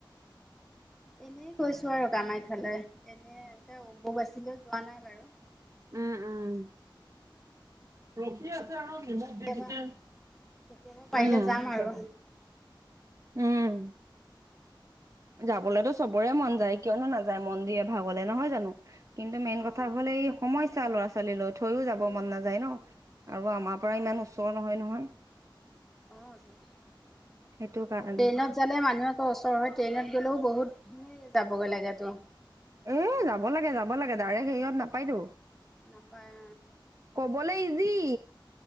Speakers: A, in the centre; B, on the right.
A: এনেই কৈছো আৰু কামাখ্যালৈ এনেই এ বু বাচিলেও যোৱা নাই বাৰু
B: উম উম প্ৰকিয় নিম
A: কেতিয়াবা
B: দিছে
A: কেতিয়াবা পাৰিলে
B: উ
A: যাম আৰু
B: উম যাবলেতো চবৰে মন যায় কিয়নো নাযায় মন্দিৰৰে ভাগলে নহয় জানো কিন্তু মেইন
A: অ'
B: কথা হল এই সমস্যা ল'ৰা ছোৱালীলৈ থৈও যাব মন নাযায় ন আৰু আমাৰ পৰা
A: অ'
B: ইমান ওচৰ নহয় নহয়
A: অ ট্ৰেইনত
B: সেইটো কাৰণে।
A: জালে মানুহ আৌ ওচৰ হয় ট্ৰেইনত গলেও বহুত যাবগৈ লাগে তো
B: এ যাব লাগে যাব লাগে ডাইৰেক্ট হেৰিয়ত নাপায়তো
A: নাপায়
B: কবলৈ ইজি